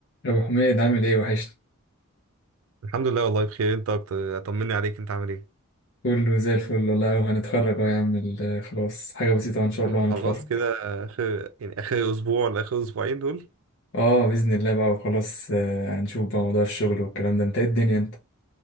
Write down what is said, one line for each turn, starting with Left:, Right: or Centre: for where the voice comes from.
Left: يا ابو حميد عامل ايه وحشني
Right: الحمد لله والله بخير انت اكتر طمني عليك انت عامل ايه
Left: كله زي الفل والله وهنتخرج اهو يا عم ال- خلاص حاجه بسيطه ان شاء الله
Right: انت الحمد
Left: هنتخرج
Right: لله خلاص كده اخر يعني اخر اسبوع ولا اخر اسبوعين دول
Left: اه باذن الله بقى وخلاص آه، هنشوف بقى موضوع الشغل والكلام ده انت ايه الدنيا انت